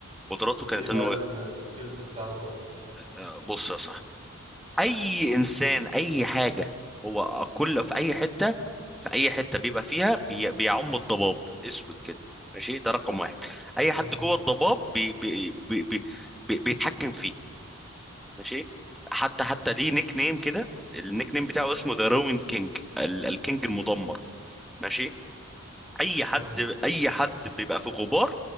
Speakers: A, in the centre; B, on the right.
A: قدراته كانت
B: إيه بقى
A: انه
B: ال- السكيلز بتاعته
A: آه، بص يا صاحبي اي انسان اي حاجه هو كل في اي حته في اي حته بيبقى فيها بي... بيعم الضباب اسود كده ماشي ده رقم واحد اي حد
B: إيه؟
A: جوه الضباب بي... بي... بي... بي... بي... بيتحكم فيه ماشي حتى حتى ليه نيك نيم كده النيك نيم بتاعه اسمه ذا روين كينج ال... الكينج المدمر ماشي اي حد
B: اه
A: اي حد بيبقى في غبار